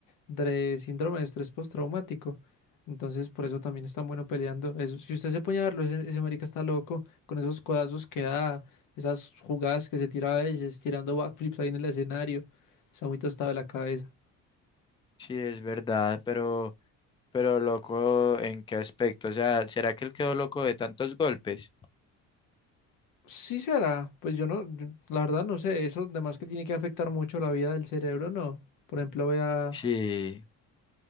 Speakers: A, on the left; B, on the left.
A: de síndrome de estrés postraumático. Entonces, por eso también es tan bueno peleando. Eso- si usted se pone a verlo, ese, ese marica está loco con esos codazos que da, esas jugadas que se tira a veces, tirando backflips ahí en el escenario. Está muy tostado de la cabeza.
B: sí, es verdad, pero, pero loco, ¿en qué aspecto? O sea, ¿será que él quedó loco de tantos golpes?
A: Sí será, pues yo no, yo- la verdad no sé, eso además que tiene que afectar mucho la vida del cerebro, no. Por ejemplo, vea,
B: Sí,